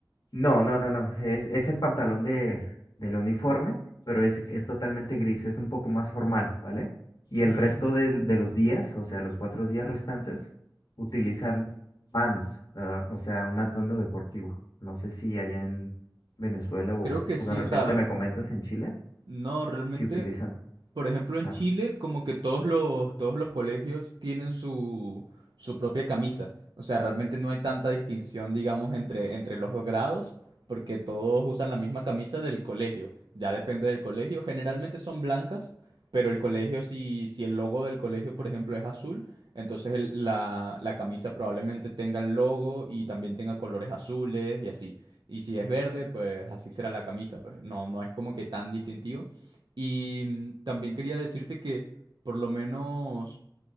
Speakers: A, on the left; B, on the right.
A: No, no, no, no. Es, es el pantalón de, del uniforme, pero es, es totalmente gris, es un poco más formal, ¿vale? Y el
B: Mm,
A: resto del- de, los días, o sea, los cuatro días restantes, utilizan pants, ah, o sea, un atuendo deportivo. No sé si allá en Venezuela o,
B: Creo que
A: o
B: sí,
A: de repente
B: o sea,
A: me comentas en Chile,
B: no, realmente
A: si utilizan.
B: Por ejemplo,
A: Ajá.
B: en Chile, como que todos los, todos los colegios tienen su, su propia camisa. O sea, realmente no hay tanta distinción, digamos, entre, entre los dos grados, porque todos usan la misma camisa del colegio. Ya depende del colegio. Generalmente son blancas, pero el colegio, si, si el logo del colegio, por ejemplo, es azul, entonces el- la, la camisa probablemente tenga el logo y también tenga colores azules y así. Y si es verde, pues así será la camisa. Pues no, no es como que tan distintivo. Y mm, también quería decirte que por lo menos